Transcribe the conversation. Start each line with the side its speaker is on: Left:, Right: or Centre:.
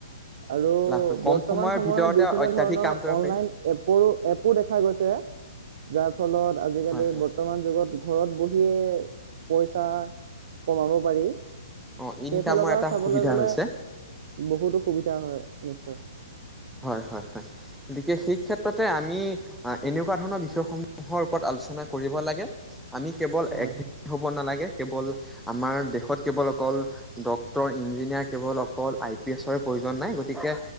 Right: আৰু
Centre: লাভ কৰি কম
Right: বৰ্তমান
Centre: সময়ৰ
Right: সময়ত
Centre: ভিতৰতে
Right: বিভিন্ন
Centre: অত্যাধিক
Right: ধৰণৰ
Centre: কাম কৰিব
Right: অনলাইন
Centre: পাৰি
Right: এপৰো এপো দেখা গৈছে যাৰ ফলত আজিকালি
Centre: হয় হয়
Right: ব ৰ্তমান যুগত ঘৰত বহিয়ে পইচা কমাব পাৰি।
Centre: অ ইনকামৰ
Right: সেইফালৰ পৰা
Centre: এটা
Right: চাবলৈ
Centre: সুবিধা
Right: গলে
Centre: হৈছে
Right: বহুতো সুবিধা হয় নিশ্চয়।
Centre: হয় হয় হয় গতিকে সেই ক্ষেত্ৰতে আমি এ এনেকুৱা ধৰণৰ বিষয়সমূহৰ ওপৰত আলোচনা কৰিব লাগে। আমি কেৱল
Right: হয়
Centre: এক হ'ব নালাগে কেৱল আমাৰ দেশত কেৱল অকল ডক্টৰ, ইঞ্জিনিয়াৰ কেৱল অকল আই পি এছৰে প্ৰয়োজন নাই গতিকে